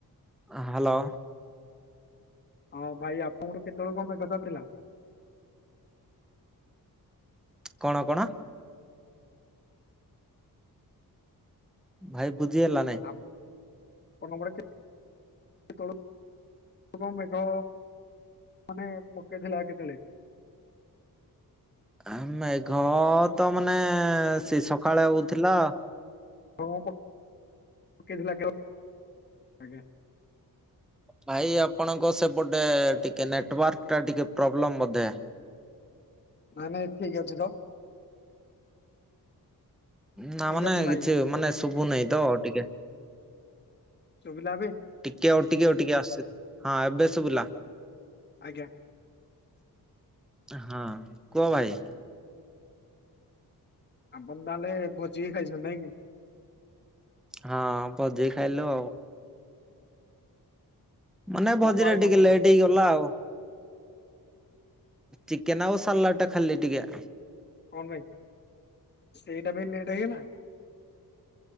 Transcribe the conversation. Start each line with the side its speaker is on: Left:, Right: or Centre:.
Centre: ଆ ହ୍ୟାଲୋ।
Left: ହଁ ଭାଇ ଆପଣଙ୍କୁୁ କେତେବେଳକୁ କଣ ମେଘ ଛାଡି ଥିଲା?
Centre: କଣ କଣ? ଭାଇ ବୁଝି ହେଲା ନାଇଁ।
Left: ଆପଣ <unintelligible> ସେ ତଳ କଣ ମେଘ ମାନେ ପକେଇଥିଲା କେତେବେଳେ?
Centre: ଆ ମେଘ ତ ମାନେ ସେ ସକାଳେ ହଉଥିଲା।
Left: ହଁ ପକେଇଥିଲା କେ, ଆଜ୍ଞା।
Centre: ଭାଇ ଆପଣଙ୍କ ସେପଟେ ଟିକେ ନେଟୱାର୍କ ଟା ଟିକେ ପ୍ରୋବ୍ଲେମ ବୋଧେ?
Left: ନାଇଁ ନାଇ ଠିକ୍ ଅଛି ତ।
Centre: ନା
Left: ଠିକ
Centre: ମାନେ
Left: ଅଛି ଭାଇ।
Centre: କିଛି ମାନେ ଶୁଭୁ ନାହିଁ ତ ଟିକେ?
Left: ଶୁବିଲାବେ।
Centre: ଟିକେ, ଆଉ ଟିକେ ଟିକେ, ଆସ ହଁ ଏବେ ଶୁଭିଲା।
Left: ଆଜ୍ଞା।
Centre: ହଁ କୁହ ଭାଇ?
Left: ଆପଣ ତାହେଲେ ଭୋଜି ଖାଇଛନ୍ତି ନାଇଁ କି?
Centre: ହଁ ପଜେଇ ଖାଇଲ। ମାନେ
Left: କଣ
Centre: ଭୋଜିରେ
Left: କଣ ଆଇଟମ୍
Centre: ଟିକେ
Left: କରିଥିଲେ?
Centre: ଲେଟ୍ ହେଇଗଲା ଆଉ। ଚିକେନ ଆଉ ସାଲାଡ଼ ଟା ଖାଲି ଟିକେ
Left: କଣ ପାଇଁ? ସେଇଟା ପାଇଁ ଲେଟ୍ ହେଇଗଲା?